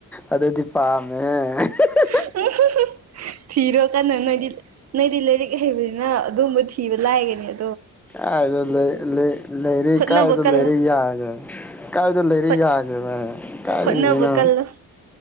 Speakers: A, in the centre; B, on the right.
A: ꯑꯗꯨꯗꯤ ꯄꯥꯝꯃꯦꯍ <unintelligible>
B: <unintelligible> ꯊꯤꯔꯣ ꯀꯟꯅ ꯅꯣꯏꯗꯤ ꯅꯣꯏꯗꯤ ꯂꯥꯏꯔꯤꯛ ꯍꯩꯕ ꯅꯤꯅ ꯑꯗꯨꯒꯨꯝꯕꯊꯤ ꯊꯤꯕ ꯂꯥꯏꯒꯅꯤ ꯑ
A: ꯀꯥꯏꯗ ꯂꯩ ꯂꯩ ꯂꯩꯔꯤ
B: ꯍꯣꯠꯅꯕ
A: ꯀꯥꯏꯗ
B: ꯀꯜꯂꯣ
A: ꯂꯩꯔꯤ ꯌꯥꯒꯦ ꯀꯥꯏꯗ ꯂꯩꯔꯤ
B: ꯍꯣꯠ
A: ꯌꯥꯒꯦꯕ ꯀꯔꯤꯅꯣ
B: ꯍꯣꯠꯅꯕ ꯀꯜꯂꯣ